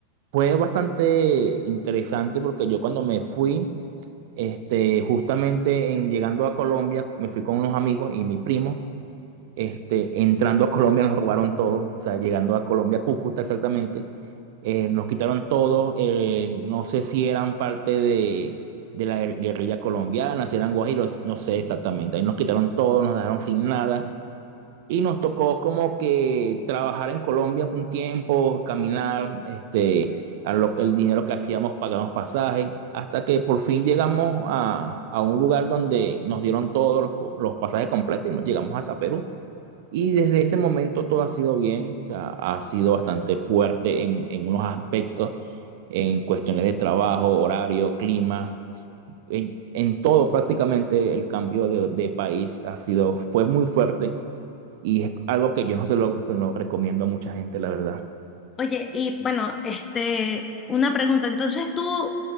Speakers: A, on the right (about 50°); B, on the left (about 25°).
A: fue bastante interesante porque yo cuando me fui, este, justamente en llegando a Colombia, me fui con unos amigos y mi primo. Este, entrando a Colombia nos robaron todo, o sea, llegando a Colombia, Cúcuta exactamente, eh, nos quitaron todo, eh, no sé si eran parte de, de la guerrilla colombiana, si eran guajiros, no sé exactamente, ahí nos quitaron todo, nos dejaron sin nada. Y nos tocó como que trabajar en Colombia por un tiempo, caminar, este, a lo- el dinero que hacíamos pagamos pasajes, hasta que por fin llegamos a, a un lugar donde nos dieron todos los, cu- los pasajes completos y nos llegamos hasta Perú. Y desde ese momento todo ha sido bien, o sea, ha sido bastante fuerte en, en unos aspectos, en cuestiones de trabajo, horario, clima, en, en todo prácticamente el cambio de, de país ha sido, fue muy fuerte y es algo que yo no se lo, se lo recomiendo a mucha gente, la verdad.
B: Oye, y bueno, este, una pregunta. Entonces tú,